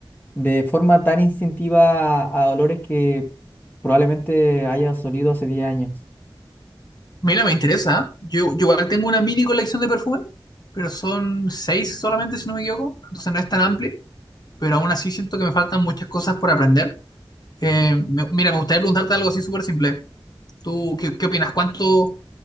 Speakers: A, on the left; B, on the left.
A: de forma tan instintiva a olores que probablemente haya olido hace 10 años?
B: Mira, me interesa. ¿eh? Yo, yo igual tengo una mini colección de perfumes, pero son seis solamente, si no me equivoco. Entonces no es tan amplio, pero aún así siento que me faltan muchas cosas por aprender. Eh, me- mira, me gustaría preguntarte algo así súper simple. ¿Tú qué, qué opinas? ¿Cuánto,